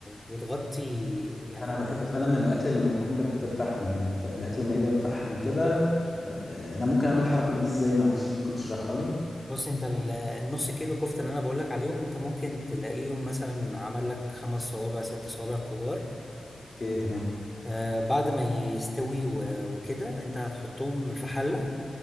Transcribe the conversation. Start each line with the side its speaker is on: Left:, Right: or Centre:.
Centre: وتغطي يعني
Left: انا بحب فعلا الاكل لما يكون بريحة الفحم يعني الف... الاكل لما يبقى مفحم كده آه، انا ممكن اعمل الحركة دي ازاي معلش ممكن تشرحها لي
Centre: بص انت ال- النص كيلو كفتة اللي انا بقولك عليهم انت ممكن تلاقيهم مثلا عمل لك خمس صوابع ست صوابع كبار
Left: اوكي تمام
Centre: آه بعد ما يستوي و... وكده انت هتحطهم في حلة